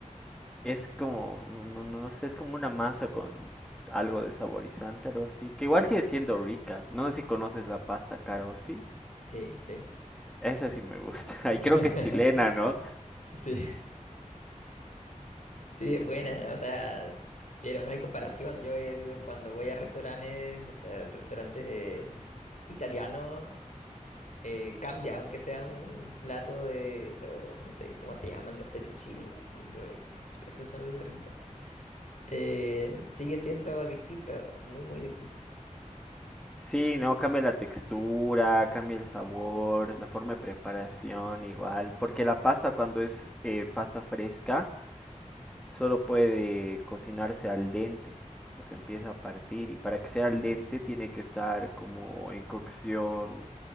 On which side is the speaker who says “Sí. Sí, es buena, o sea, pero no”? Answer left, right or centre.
Left